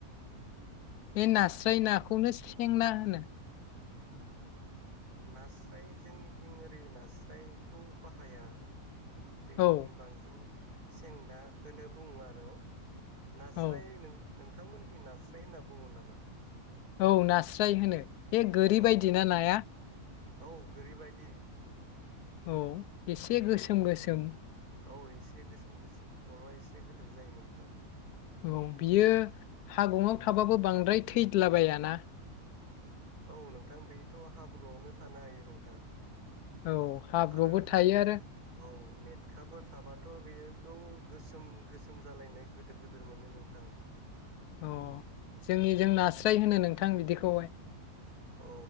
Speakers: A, on the left (about 85°); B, on the right (about 80°).
A: बे नास्राय नाखौनो सें ना होनो।
B: नास्राय जोंनिथिं ओरै नास्रायखौ बाहाया जोंनिथिं
A: औ
B: बांसिन सें नाखौनो बुङो आरो नास्राय
A: औ
B: नों नो नोंथांमोनखि नास्राय होनना बुङो नामा?
A: औ नास्राय होनो। बे गोरि
B: औ
A: बायदि ना नाया।
B: औ गोरैबायदि।
A: औ एसे गोसोम
B: औ
A: गोसोम
B: औ एसे गोसोम गोसोम खरआ एसे एसे गिदिर जायो नोंथां।
A: औ बियो हागंआव थाबाबो बांद्राय थैलाबायाना।
B: औ नोंथां बेथ' हाब्रुआवनो थानो हायो नोंथां।
A: औ हाब्रुआवबो
B: आरो
A: थायो
B: मेट
A: आरो
B: औ मेटखाफोर थाबाथ' बेयोखौ गोसोम गोसोम जालायनाय गिदिर गिदिर मोनो नोंथां।
A: अह जोंनि जों नास्राय होनो नोंथां बिदिखौहाय।
B: औ